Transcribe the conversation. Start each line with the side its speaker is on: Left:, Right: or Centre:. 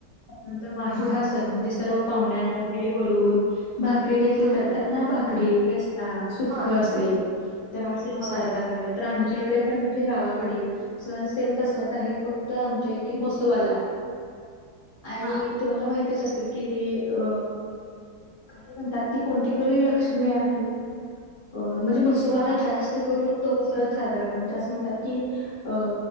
Left: नंतर माही
Right: हम्म
Left: हा सण म्हणजे सर्व पाहुण्यांना वगैरे बोलवून, भाकरी देील
Right: हम्म
Left: ना भाकरी, रस्सा, सुक्खं
Right: होय
Left: असेल तर हा सण साजरा
Right: होय
Left: करतात. तर आमच्या इकडे पण म्हणजे गावाकडे, सण सेम तसंच
Right: हम्म
Left: आहे फक्त तर आमच्या इथे म्हसोवाला आणि
Right: हा
Left: तुम्हाला माहितच असतीलल की ते अ काय म्हणतात. ती कोणती कली लक्ष्मी आहे अ म्हणजे मसोबाला
Right: हा
Left: जास्त. स्त करून तो सण साजरा करतो म्हणजे असं म्हणतात की, अ